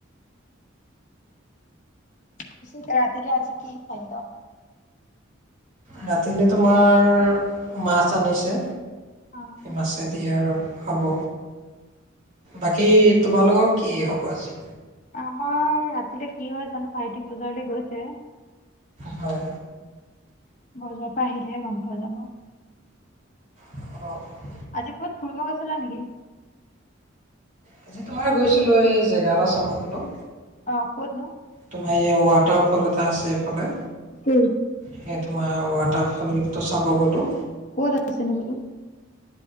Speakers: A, on the left; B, on the right.
A: <inaudible> ৰাতিলে আজি কি খাদ্য?
B: ৰাতিলৈ তোমাৰ মাছ আনিছে।
A: অ',
B: মাছেদি আৰু হ'ব। বাকী তোমালোকক। কি হ'ব আজি?
A: আমাৰ ৰাতিলৈ কি হয় জানো, ভাইটি বজাৰলে গৈছে।
B: হয়।
A: বজাৰ পৰা আহিলেহে গম পোৱা যাব
B: <inaudible>
A: আজি ক'বাত ফুৰিব গৈছিলা নেকি
B: আজি তোমাৰ গৈছিলো এই জেগা এটা চাব গ'লো।
A: অ', ক'ত নো?
B: তোমাৰ ৱাটাৰফল এটা আছে এইফালে
A: কি
B: সেই তোমাৰ ৱাটাৰফলটো চাব গ'লোঁ।
A: ক'ত আছে নো বুলো?